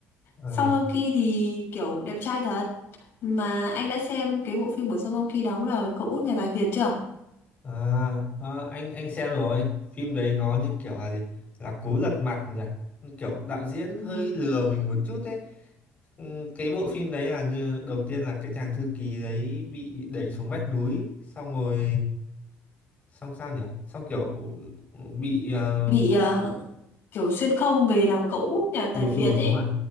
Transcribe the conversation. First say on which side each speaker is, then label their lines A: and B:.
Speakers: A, on the left (about 30°); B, on the left (about 60°).
A: à,
B: Song Joong Ki thì kiểu đẹp trai thật. Mà anh đã xem cái bộ phim của Song Joong Ki đóng là cậu út nhà tài phiệt chưa?
A: à, à, anh anh xem rồi phim đấy nó như kiểu là gì là cú lật mặt nhỉ kiểu đạo diễn hơi
B: Ừ.
A: lừa mình một chút ấy Ừ, cái bộ phim đấy là như đầu tiên là cái chàng thư ký đấy bị đẩy xuống vách núi xong rồi xong sao nhỉ xong kiểu bị ờ,
B: Bị ờ, kiểu xuyên không về làm cậu út nhà
A: ừ
B: tài
A: ừ
B: phiệt ấy.
A: đúng rồi